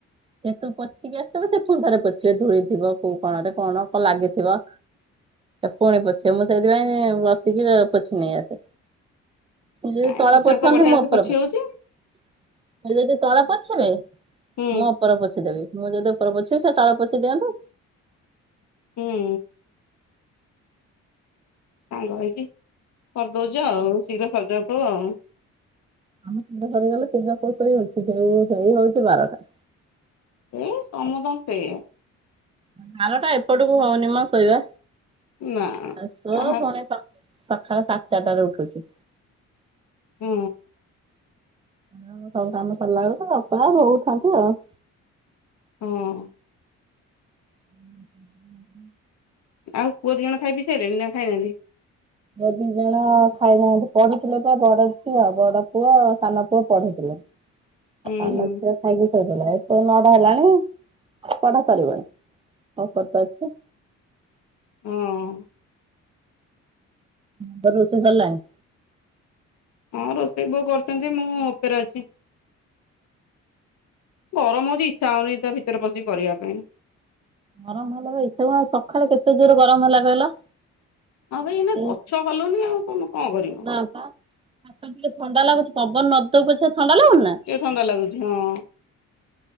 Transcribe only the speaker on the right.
ସେ ତୁ ପୋଛିକି ଆସିଥିବୁ ସେ ପୁଣି ଥରେ ପୋଛି ସିଏ ଧୂଳିଥିବ କୋଉ କଣରେ କଣ କଣ ଲାଗିଥିବ। ପୁଣି ପୋଛିବେ ମୁଁ ସେଇଥିପାଇଁ ବସିକି ପୋଛିନେଇ ଆସେ। ସିଏ
ତଳ
ପୋଛନ୍ତି
ମୁଁ
ଓପର
ପୋଛେ‌।
ସିଏ ଯଦି ତଳେ ପୋଛିବେ
ମୁଁ ଓପର ପୋଛିଦେବି ମୁଁ ଯଦି ଓପର ପୋଛିବି ସେ ତଳ ପୋଛି ଦିଅନ୍ତି।
ନା ମ ଶୀଘ୍ର ସରିଗଲେ ଶୀଘ୍ର କୋଉ ଶୋଇ ହଉଛି <unintelligible> ହଉଛି ବାରଟା।
ବାରଟା ଏପଟକୁ ହଉନି ମ ଶୋଇବା।
ଆ ଶୋ
ପୁଣି ସକାଳ ସାଢ଼େ ଚାରିଟା ରେ ଉଠୁଛି।
ଉଁ ସବୁ କାମ ସରଲା ବେଳକୁ ତ ଅପା ବୋଉ ଥାନ୍ତି ଆଉ।
ହୁଁ
ପୁଅ ଦିଜଣ ଖାଇନାହାନ୍ତି ପଢୁଥିଲେ ପା ବଡଝିଅ ବଡପୁଅ ଆଉ ସାନପୁଅ ପଢୁଥିଲେ।
ଖାଇ
ନଥିଲା ଖାଇକି ଶୋଇପଇଲା ଏତୋ ନ ହେଲାଣି ପଢା ସରିବଣି ତ <unintelligible> ଅଛି।
ତୋର ରୋଷେଇ ସରିଲଣି?
ଗରମ ହେଲେ ତ ଇଛା ଆ ସଖାଳେ କେତେ ଜୋରେ ଗରମ ହେଲା କହିଲ।
ସେଇ
ନା ପା ହାତ ଟିକେ ଥଣ୍ଡା ଲାଗୁଚି ପବନ ନଦୋଉ ପଛେ ଥଣ୍ଡା ଲାଗୁନି ନା?